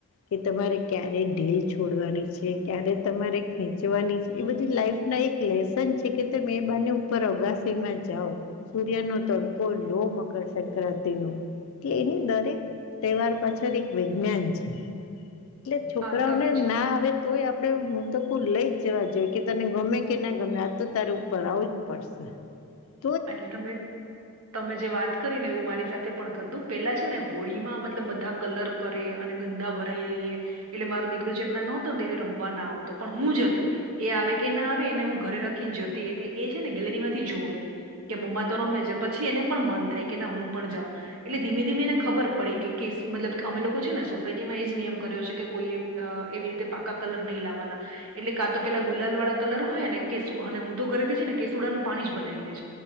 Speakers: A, on the left; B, on the right.
A: કે તમારે ક્યારે ઢીલ છોડવાની છે, ક્યારે તમારે ખેંચવાની છે એ બધી લાઈફ ને આ એક લેસન છે કે તમે એ બાહને ઉપર અગાસીમાં જાવ. સૂર્યનો તડકો લો મકરસક્રાંતિનો એટલે એની દરેક તહેવાર પાછળ એક વિજ્ઞાન છે એટલે છોકરાઓને
B: હા તમે જ-
A: ના આવે તોય આપણે હું તો કઉ લઈ જ જવા જોઈએ કે તને ગમે કે ના ગમે આજ તો તારે ઉપર આવવું જ પડશે. હ
B: આટલે તમે તમે જે વાત કરી ને એવું મારી સાથે પણ થતું પેલા છે ને હોળીમાં મતલબ બધાં કલર કરે અને ગંદા ભરાઈ રઈએ એટલે મારો દીકરો જ્યારના નહતોને ત્યારે રમવા ના આવતો પણ હું જતી. એ આવે કે ના આવે એને હું ઘરે રાખીને જતી એટલે એ છેને ગેલેરીમાંથી જોવે. કે મમ્મા તો રમે છે પછી એને પણ મન થાય કે ના હું પણ જાઉં. એટલે ધીમે ધીમે એને ખબર પડી કે કેશ મતલબ કે અમે લોકો છે ને સોસાયટીમાં એ જ નિયમ કર્યો છે કે કોઈએ અ એવી રીતે પાકા કલર નહીં લાવાના. એટલે કા તો પેલા ગુલાલવાળા કલર હોય ને કેસુ અને હું તો ઘરેથી છે ને કેસુડાનું પાણી જ બનાઈને